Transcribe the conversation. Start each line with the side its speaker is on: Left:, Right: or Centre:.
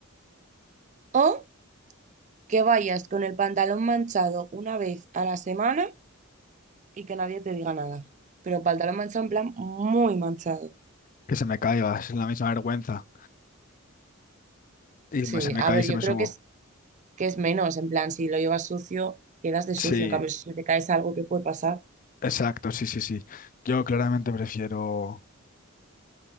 Right: O que vayas con el pantalón manchado una vez a la semana y que nadie te diga nada. Pero pantalón manchado en plan muy manchado.
Left: Que se me caiga, es la misma vergüenza. Y
Right: Sí,
Left: me- se me
Right: a
Left: cae
Right: ver,
Left: y se
Right: yo
Left: me
Right: creo
Left: subo.
Right: que es, que es menos, en plan, si lo llevas sucio, quedas de sucio,
Left: Sí,
Right: en cambio, si se te caes algo qué puede pasar.
Left: exacto, sí, sí, sí. Yo claramente prefiero,